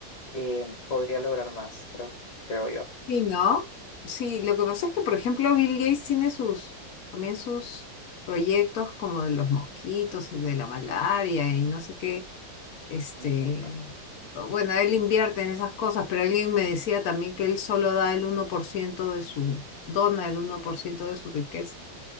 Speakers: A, on the left; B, on the left.
A: eh, podría lograr más, creo, creo yo.
B: Sí, ¿no? Sí, lo que pasa es que, por ejemplo, Bill Gates tiene sus, también sus proyectos como de los mosquitos, de la malaria y no sé qué Este,
A: Ujú.
B: bueno, él invierte en esas cosas, pero alguien me decía también que él solo da el uno por ciento de su, dona el uno por ciento de su riqueza.